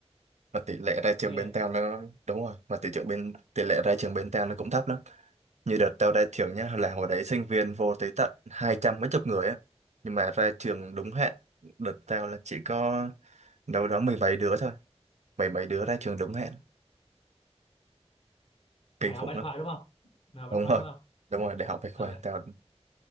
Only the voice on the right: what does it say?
mà tỷ lệ ra trường
bên tao nó đúng rồi mà tỷ trường bên tỷ lệ ra trường bên tao nó cũng thấp lắm như đợt tao ra trường nhá là hồi đấy sinh viên vô tới tận hai trăm mấy chục người á nhưng mà ra trường đúng hẹn đợt tao là chỉ có đâu đó mười mấy đứa thôi mười mấy đứa ra trường đúng hẹn kinh
khủng
lắm
đúng
rồi
đúng rồi đại học bách khoa
tao